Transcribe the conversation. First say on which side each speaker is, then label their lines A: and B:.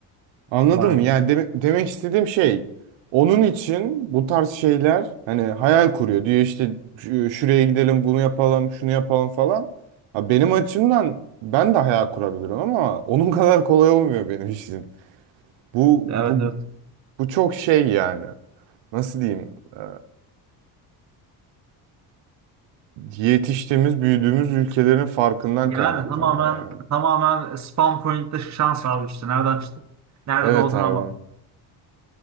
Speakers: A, on the right (about 80°); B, on the right (about 40°).
A: Anladın
B: Vay
A: mı? Yani
B: be.
A: deme- demek istediğim şey onun için bu tarz şeyler hani hayal kuruyor. Diyor işte "Şu- şuraya gidelim, bunu yapalım, şunu yapalım falan. Ha, benim açımdan ben de hayal kurabilirim ama onun <laughs> kadar kolay olmuyor benim için. Bu
B: Evet
A: bu
B: evet.
A: bu çok şey yani. Nasıl diyeyim? Ee, yetiştiğimiz, büyüdüğümüz ülkelerin farkından
B: Yani
A: kaynaklanıyor
B: tamamen
A: yani.
B: tamamen spawn point'te şans abi işte. Nereden çıktık? Nerede
A: Evet
B: olduğuna
A: abi.
B: bak.